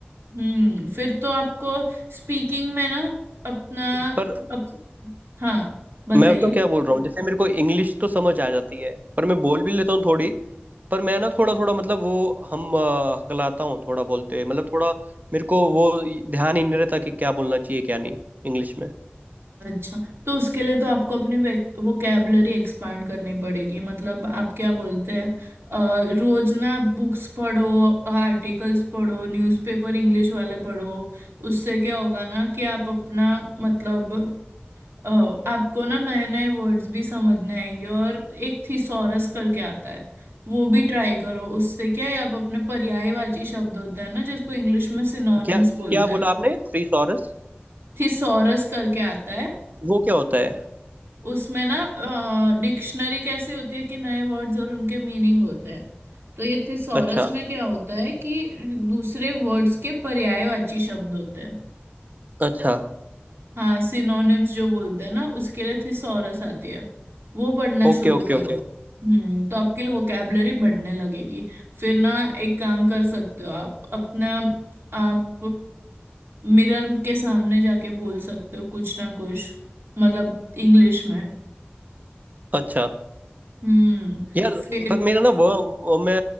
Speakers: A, on the right; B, on the right.
A: हम्म फिर तो आपको स्पीकिंग में ना अपना
B: पर
A: अप, हाँ बताइए
B: मैं तो क्या बोल रहा हूँ जैसे मेरे को इंग्लिश तो समझ आ जाती है पर मैं बोल भी लेता हूँ थोड़ी पर मैं ना थोड़ा थोड़ा मतलब वो हम अ, हकलाता हूँ थोड़ा बोलते मतलब थोड़ा मेरे को वो ध्यान ही नहीं रहता कि क्या बोलना चाहिए क्या नहीं इंग्लिश में
A: अच्छा तो उसके लिए तो आपको अपनी वोकेबलरी एक्सपांड करनी पड़ेगी मतलब आप क्या बोलते हैं अ, रोज ना बुक्स पढ़ो आर्टिकल्स पढ़ो न्यूज़पेपर इंग्लिश वाले पढ़ो उससे क्या होगा ना कि आप अपना मतलब अ, आपको ना नए नए वर्ड्स भी समझने आएंगे और एक थिसॉरस करके आता है वो भी ट्राई करो उससे क्या है आप अपने पर्यायवाची शब्द होता है ना जिसको इंग्लिश में सिनोनिम्स
B: क्या क्या
A: बोलते हैं
B: बोला आपने थिसॉरस
A: थिसॉरस करके आता है
B: वो क्या होता है
A: उसमें ना डिक्शनरी कैसी होती है कि नए वर्ड्स और उनके मीनिंग होते हैं तो ये थिसॉरस
B: अच्छा
A: में क्या होता है कि दूसरे वर्ड्स के पर्यायवाची शब्द होते हैं
B: अच्छा
A: हाँ सिनोनिम्स जो बोलते हैं ना उसके लिए थिसॉरस आती है वो पढ़ना
B: Okay
A: शुरू
B: okay
A: करो
B: okay
A: हम्म तो आपके लिए वोकेबलरी बढ़ने लगेगी फिर ना एक काम कर सकते हो आप अपना आप मिरर के सामने जाके बोल सकते हो कुछ ना कुछ मतलब इंग्लिश में
B: अच्छा
A: हम्म
B: यार
A: फिर
B: पर मेरा ना वो, वो मैं